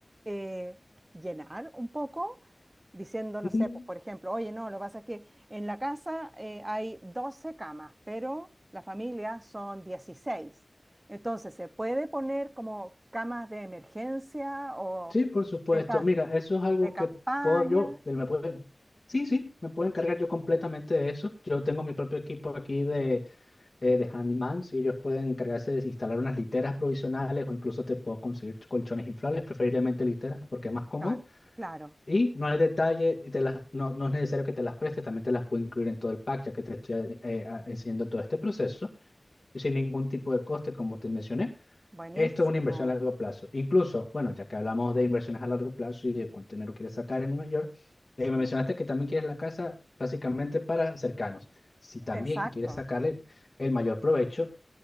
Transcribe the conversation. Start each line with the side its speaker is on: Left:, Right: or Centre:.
Right: eh, llenar un poco, diciendo, no
Left: Mm,
Right: sé, po- por ejemplo, oye, no, lo que pasa es que en la casa eh, hay 12 camas, pero la familia son 16. Entonces, se puede poner como camas de emergencia o
Left: Sí, por supuesto.
Right: de estas
Left: Mira, eso es algo
Right: de campaña.
Left: que puedo yo, del- me puede, sí, sí, me puedo encargar yo completamente de eso. Yo tengo mi propio equipo aquí de, eh, de Handymans y ellos pueden encargarse de instalar unas literas provisionales o incluso te puedo conseguir colchones inflables, preferiblemente literas porque es más cómodo.
Right: Claro, claro.
Left: Y no hay detalle, y te las, no, no es necesario que te las preste, también te las puedo incluir en todo el pack, ya que te estoy eh, a- enseñando todo este proceso y sin ningún tipo de coste, como te mencioné.
Right: Buenísimo.
Left: Esto es una inversión a largo plazo. Incluso, bueno, ya que hablamos de inversiones a largo plazo y de cuánto dinero quieres sacar en Nueva York,
Right: Sí,
Left: eh, me mencionaste que también quieres la casa básicamente para cercanos. Si también
Right: exacto.
Left: quieres sacarle el mayor provecho,